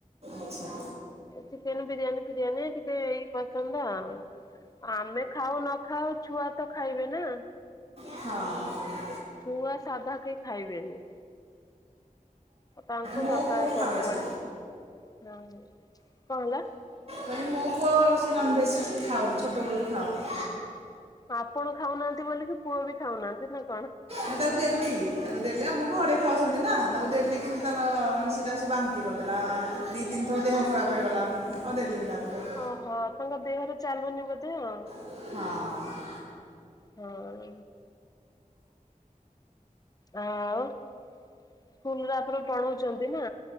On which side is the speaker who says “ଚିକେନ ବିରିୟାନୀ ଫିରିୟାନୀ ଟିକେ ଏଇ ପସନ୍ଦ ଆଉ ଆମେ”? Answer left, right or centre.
Left